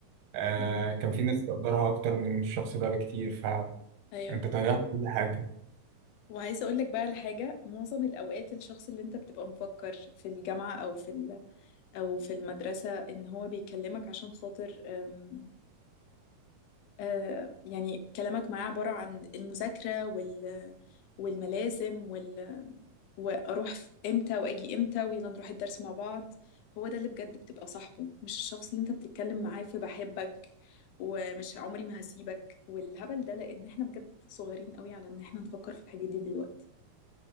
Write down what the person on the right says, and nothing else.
آه
كان في ناس تقدرها أكتر من الشخص ده بكتير فأنت
ضيعت كل حاجة